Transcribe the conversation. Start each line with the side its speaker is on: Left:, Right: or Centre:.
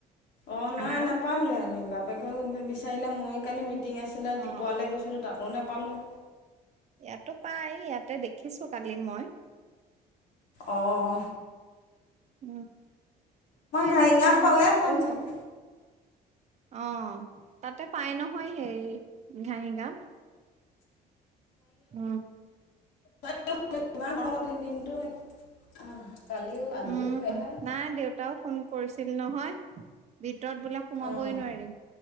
Left: অ নাই
Right: আনাৰস।
Left: নাপালো আমি বাপেকেও বিচাৰিলে মই কালি মিটিং আছিলে
Right: অ।
Left: দীপুৱালৈ গৈছিলোঁ তাতো নাপালোঁ
Right: ইয়াতো পাই ইয়াতে দেখিছো কালি মই
Left: অঁ
Right: উ অ এতিয়া
Left: ঘাৰিঙাত
Right: যাওঁতে
Left: পালেহেঁতেন
Right: অ
Left: চাগে
Right: অ তাতে পাই নহয় সেই ঘহি গাত উ
Left: বোলো ইমান গৰম দিনটো অহ কালিও আজিও
Right: উম
Left: সেয়াহে
Right: নাই দেউতাও ফোন কৰিছিল নহয় ভিতৰত বোলে সোমাবই
Left: অ'।
Right: নোৱাৰিল